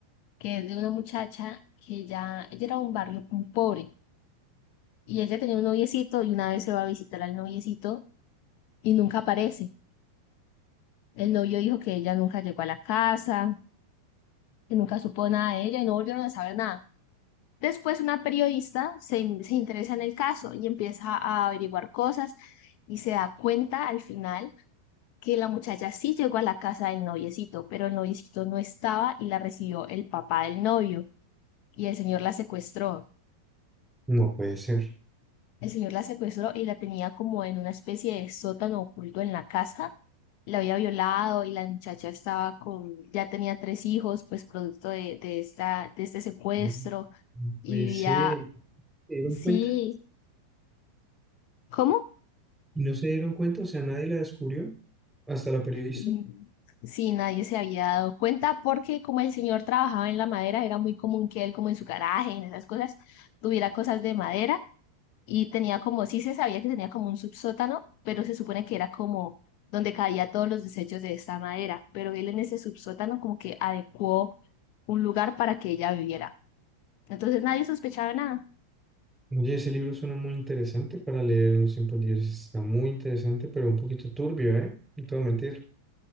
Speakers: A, on the left; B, in the centre.
A: que es de una muchacha que ya, ella era de un barrio muy pobre Y ella tenía un noviecito y una vez se va a visitar al noviecito y nunca aparece. El novio dijo que ella nunca llegó a la casa, que nunca supo nada de ella y no volvieron a saber nada. Después una periodista se, in- se interesa en el caso y empieza a averiguar cosas y se da cuenta al final que la muchacha sí llegó a la casa del noviecito, pero el noviecito no estaba y la recibió el papá del novio y el señor la secuestró.
B: No puede ser.
A: El señor la secuestró y la tenía como en una especie de sótano oculto en la casa. La había violado y la muchacha estaba con, ya tenía tres hijos, pues producto de, de esta, de este secuestro
B: Mm, No
A: y
B: puede
A: vivía,
B: ser. ¿Se dieron
A: sí,
B: cuenta?
A: ¿cómo?
B: ¿Y no se dieron cuenta? O sea, nadie la descubrió. Hasta la periodista.
A: Mm, Sí, nadie se había dado cuenta porque como el señor trabajaba en la madera, era muy común que él, como en su garaje, en esas cosas, tuviera cosas de madera y tenía como, sí se sabía que tenía como un subsótano, pero se supone que era como donde caía todos los desechos de esta madera, pero él en ese subsótano como que adecuó un lugar para que ella viviera. Entonces nadie sospechaba nada.
B: Oye, ese libro suena muy interesante para leer en los tiempos libres. Está muy interesante, pero un poquito turbio, ¿eh? No te voy a mentir.